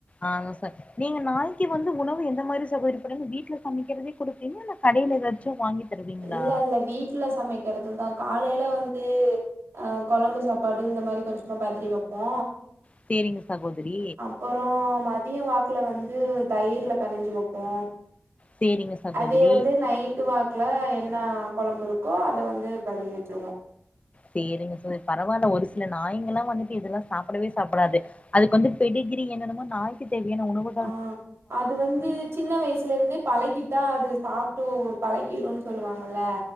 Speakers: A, on the left; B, on the right.
A: ஆங்க சர் நீங்க நாய்க்கி வந்து உணவு எந்த மாரி சகோதரி போடுவீங்க வீட்ல சமைக்கிறதே குடுப்பீங்கலா இல்ல கடையில ஏதாச்சு வாங்கி தருவீங்களா
B: இல்ல இல்ல வீட்ல சமைக்கிறது தா காலேல வந்து ஆ கொழம்பு சாப்பாடு இந்த மாதிரி கொஞ்சமா பதறி வப்போ
A: சேரிங்க சகோதரி
B: அப்பறோ மதிய வாக்குல வந்து தயிர்ல பெனஞ்சி வப்போ
A: சேரிங்க சகோதரி
B: அதே வந்து நைட் வாக் குல என்ன கொழம்பு இருக்கோ அத வந்து பதறி வச்சிருவோ
A: சேரிங்க சகோதரி பரவாயில்ல ஒரு சில நாய்கல்லா வந்துட்டு இதெல்லா சாப்டவே சாப்டாது அதுக்கு வந்து பெடிகிரி என்னென்னமோ நாய்க்கி தேவையான உணவு
B: ஆ அது வந்து சின்ன வயசுல இருந்தே பழகிட்டா அது சாப்ட்டு ஒ பழகிருன்னு சொல்லுவாங்கல்ல